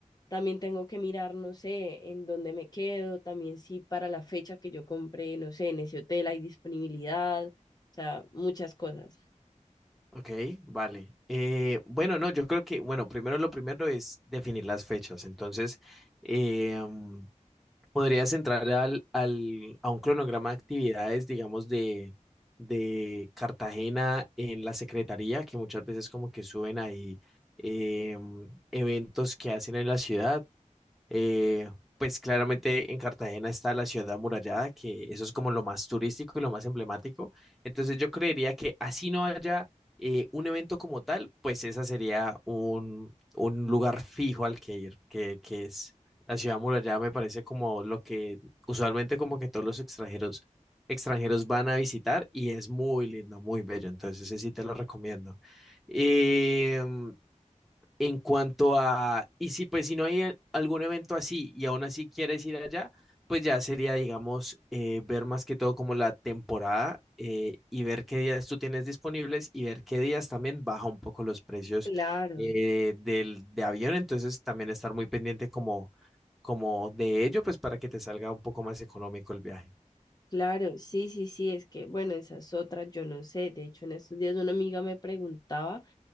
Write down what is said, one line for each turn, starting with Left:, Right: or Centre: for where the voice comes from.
Left: también tengo que mirar, no sé, en dónde me quedo, también si para la fecha que yo compré, no sé, en ese hotel hay disponibilidad, o sea, muchas cosas.
Centre: ok, vale. Eh, bueno, no, yo creo que, bueno, primero lo primero es definir las fechas, entonces... em, Podrías entrar al, al- a un cronograma de actividades, digamos, de, de Cartagena en la Secretaría, que muchas veces como que suben ahí em, eventos que hacen en la ciudad. Eh, pues claramente en Cartagena está la ciudad amurallada, que eso es como lo más turístico y lo más emblemático. Entonces yo creería que así no haya eh, un evento como tal, pues esa sería un, un lugar fijo al que ir, que, que es la ciudad amurallada, me parece como lo que usualmente como que todos los extranjeros, extranjeros van a visitar y es muy lindo, muy bello. Entonces ese sí te lo recomiendo. Em, en cuanto a, y si pues si no hay a- algún evento así y aún así quieres ir allá, pues ya sería, digamos, eh, ver más que todo como la temporada eh, y ver qué días tú tienes disponibles y ver qué días también baja un poco los precios
Left: Claro.
Centre: eh, del, de avión. Entonces también estar muy pendiente como, como de ello, pues para que te salga un poco más económico el viaje.
Left: Claro, sí, sí, sí, es que, bueno, esas otras, yo no sé. De hecho, en estos días una amiga me preguntaba